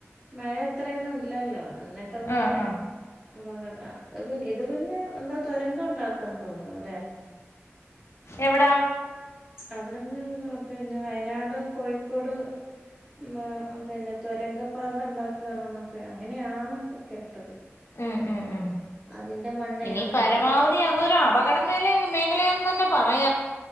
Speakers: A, on the right; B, on the left.
A: മഴ അത്രൊന്നും ഇല്ലല്ലോ എന്നിട്ടും കൂടെ
B: ഉം ഉം
A: അപകടം അത് ഇത് പിന്നെ എന്താ തുരങ്ക ഉണ്ടാക്കാന്ന് തോന്നുന്നു അല്ലേ
B: എവിടാ
A: അവിടുന്ന് പിന്നെ വയനാട് കോഴിക്കോട് മ പിന്നെ തുരങ്ക പാത ഉണ്ടാക്കാണ് എന്നൊക്കെ അങ്ങനെയാണ് കേട്ടത്
B: ഉം ഉം ഉം
A: അതിന്റെ മണ്ണ്
B: ഇനി
A: അവിടെ
B: പരമാവധി അതൊരു അപകട മേ മേഖലയാണെന്ന് തന്നെ പറയാം